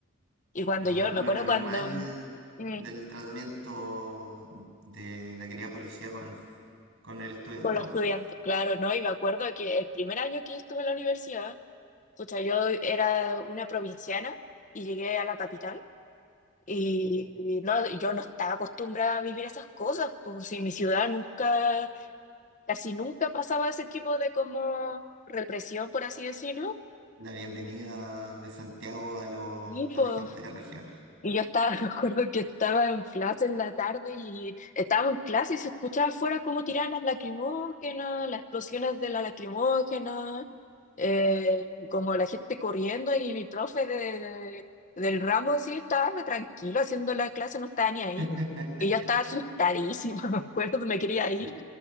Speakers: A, on the left; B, on the right.
A: Y cuando
B: No,
A: yo,
B: no, lo
A: me acuerdo
B: normal
A: cuando, mm,
B: del tratamiento de la querida policía con, con el estudiantado.
A: con los estudiantes, claro, ¿no? Y me acuerdo que el primer año que estuve en la universidad, pucha, yo era una provinciana y llegué a la capital. Y no, yo no estaba acostumbrada a vivir esas cosas, pues si en mi ciudad nunca, casi nunca pasaba ese tipo de como represión, por así decirlo.
B: La bienvenida de Santiago a, lo-
A: Y
B: a
A: pues
B: la gente de regiones.
A: Y yo estaba, <laughs> me acuerdo que estaba en clase en la tarde y estábamos en clase y se escuchaba afuera cómo tiraban las lacrimógenas, las explosiones de la lacrimógena, eh, como la gente corriendo y mi profe de, de- del ramo sí estaba tranquilo haciendo la clase, no estaba ni ahí.
B: <laughs>
A: Y yo estaba asustadísima, <laughs> me acuerdo, me quería ir,
B: El,